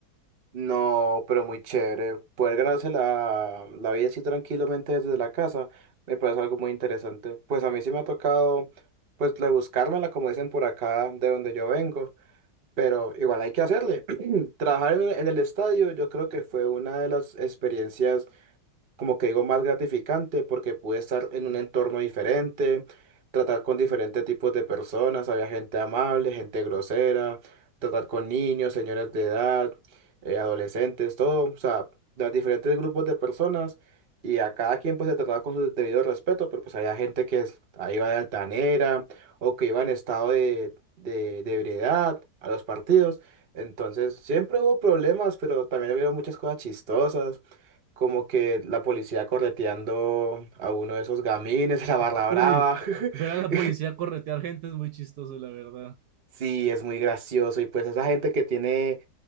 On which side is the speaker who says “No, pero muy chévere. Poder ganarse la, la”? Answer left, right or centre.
Right